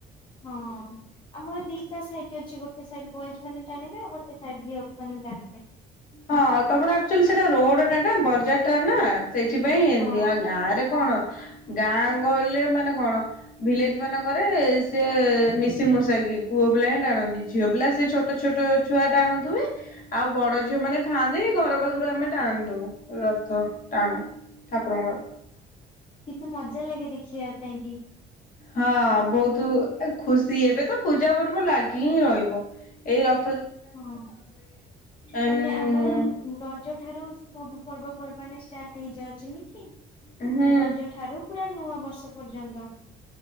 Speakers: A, on the left; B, on the left.
A: ହଁ। ଆମର ଦିଟା ସାଇଟ୍ ଅଛି ଗୋଟେ ସାଇ ବଏଜ ମାନେ ଜାଣିବେ ଆଉ ଗୋଟେ ସାଇଡ ଗଲ ମାନେ ଜାଣିବେ।
B: ହଁ ତମର ଆଚୁଆଲି ସେଟା ରୋଡ ଟା ନା ବଜାର ଟା ନା ସେଇଥି ପାଇଁଲ ଏମତି
A: ହଁ
B: ଆ ଗାଁ ରେ କଣ ଗାଁ ଗହଳିରେ ମାନେ କଣ ଭିଲେଜ ମାନଙ୍କରେ ସେି ମି ସି ମଷାଗି ପୁଅ ପିଲା ହିଁ ଟାଣନ୍ତି ଝିଅ ପିଲ ସେ ଛୋଟ ଛୋଟ ଛୁଆ ଟା ଆଣୁଥିବେ ଆଉ ବଡ ଝିଅମାନେ ଥାଆନ୍ତି ଘର ପାଖରୁ ଆମେ ଟାଣନ୍ତୁ ରଥ ଟାଣୁ। ଠାକୁରଙ୍କର।
A: କିନ୍ତୁ ମଜା ଲାଗେ ଦେଖିବା ପାଇଁ କି?
B: ହଁ ବହୁତ ଏ ଖୁସି ଏବେ ତ ପୂଜା ପର୍ବ ଲାଗି ହିଁ ରହିବ ଏଇ ର
A: ହଁ
B: ଏମ୍
A: ମାନେ ଆମର ରଜ ଠାରୁ ସବୁ ପର୍ବ ପର୍ବାଣିୀ ଷ୍ଟାର୍ ହେଇଯାଉଛି ନ କି
B: ହୁଁ
A: ରଜ ଠାରୁ ପୁରା ନୂଆ ବର୍ଷ ବର୍ଷ ପର୍ଯ୍ୟନ୍ତ।